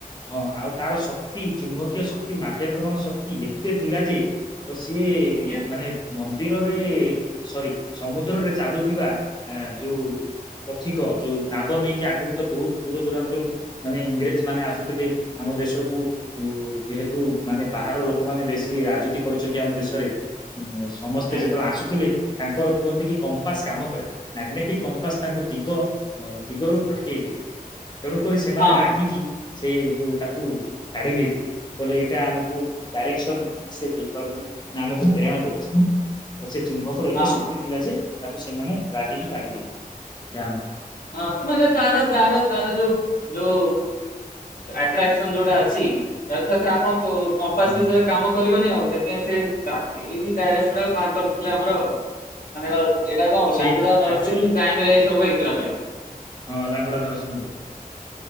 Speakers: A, on the left (about 30°); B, on the left (about 70°).
A: ହଁ ଆଉ ତାର ଶକ୍ତି ଚୁମ୍ବକୀୟ ଶକ୍ତି ମାଧ୍ୟକରଣ ଶକ୍ତି ଏତେ ଥିଲା ଯେ ତ ସିଏ
B: ଆଜ୍ଞା
A: ମାନେ ମନ୍ଦିରରେ ସରି ସମୁଦ୍ରରେ ଚାଲୁଥିବା ଆ ଯୋଉ ପଥିକ ଯୋଉ ନାବ ନେଇକି ଆଗରୁ ତ ବହୁତ ଦୂର ଦୂରାନ୍ତରୁ ମାନେ ଇଂରେଜ ମାନେ ଆସୁଥିଲେ ଆମ ଦେଶକୁ। ଓ ଯେହେତୁ ମାନେ ବାହାର ଲୋକମାନେ ବେଶୀ ରାଜୁତି କରିଛନ୍ତି ଆମ ଦେଶରେ। ସମସ୍ତେ
B: ଆଜ୍ଞା
A: ଯେତେବେଳେ ଆସୁଥିଲେ ତାଙ୍କର କୁହନ୍ତି କି କମ୍ପାସ୍ କାମ କରେ ମ୍ୟାାଗ୍ନେଟିକ୍ କମ୍ପାସ ତାଙ୍କୁ ଦିଗ ଦିଗରୁ ଭଟକେଇ ଦିଏ। ତେଣୁକରି ସେମାନେ
B: ଆଜ୍ଞା ହଁ
A: ରାଗିକି ସେ ଯୋଉ ତାକୁ କାଢି ଦେଇଥିଲେ କହିଲେ ଏଇଟା ଆମକୁ ଡାଇରେକ୍ସନ ଠିକ ସେ ଦେଇ ପାରୁନି ମାନେ ଆମକୁ ହଇରାଣ କରୁଚି। ତ ସେ ଚୁମ୍ବକର
B: ହଁ
A: ଏତେ ଶକ୍ତି ଥିଲା ଯେ ତାକୁ ସେମାନେ ରାଗିକି କାଢିଦି ଯା
B: ହଁ ତ ମାନେ ତାର ତାର ତାର ଯୋଉ ଯଉ ଆଟ୍ରାକ୍ସନ ଯୋଉଟା ଅଛି ଆପଣ କମ୍ପାସ
A: ହୁଁ।
B: ବିଷୟରେ କାମ କରିବନି ଆଉ। ସେଥିପାଇଁ ସେ ଏଇ ଡାଇରେକ୍ସନ ବାହାରକରି ଥିଲେ ଆମର ମାନେ ଏଇଟା କଣ
A: ସେ
B: ଲାଙ୍ଗୁଡା ନରସିଂହ
A: ଆକ୍ଚୁଆଲି
B: ଟାଇମ ରେ ଏଇ ସବୁଇଥିଲା ପରେ।
A: ହଁ ଲାଙ୍ଗୁଡା ନରସିଂହ ଦେବ।